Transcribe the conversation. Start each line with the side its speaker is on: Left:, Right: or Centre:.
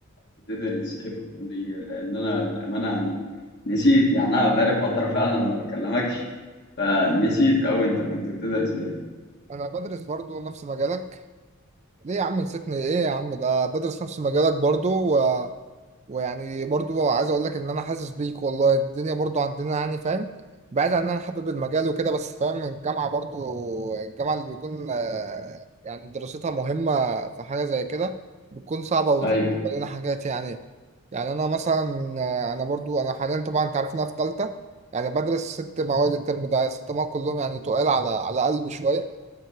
Left: بتدرس ايه في الكليه لان انا للامانه يعني نسيت يعني انا بقالي فتره فعلا ما بكلمكش فنسيت اوي انت كنت بتدرس ايه
Right: انا بدرس برضو نفس مجالك ليه يا عم نسيتني ايه يا عم ده بدرس نفس مجالك برضو ويعني برضو عايز اقول لك ان انا حاسس بيك والله الدنيا برضو عندنا يعني فاهم بعيد عن ان انا حابب المجال وكده بس فاهم الجامعة برضو الجامعة اللي بيكون آه، يعني دراستها مهمة في حاجة زي كده بتكون صعبة وتقول
Left: ايوه
Right: لنا حاجات يعني يعني انا مثلا آه، انا برضو انا حاليا طبعا انت عارف إن انا في تالتة يعني بدرس ست مواد الترم ده ست مواد كلهم يعني تقال على على قلبي شوية